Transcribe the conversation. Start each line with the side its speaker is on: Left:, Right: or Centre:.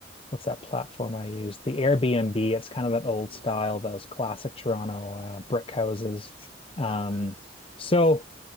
Left: what's that platform I use? The Airbnb. It's kind of that old
Right: Mm.
Left: style, those classic Toronto uh brick houses. Um
Right: No, nice
Left: so